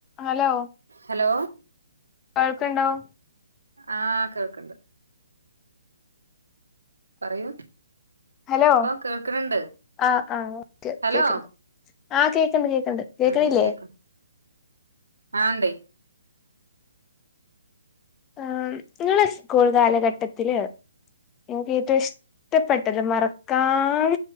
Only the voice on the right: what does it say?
ഹലോ
ആഹ് കേക്കണ്ട്. പറയൂ
കേൾക്ക്ണ് ണ്ട്
ഹലോ
ഉം കേക്ക് ആഹ് ഇണ്ടേ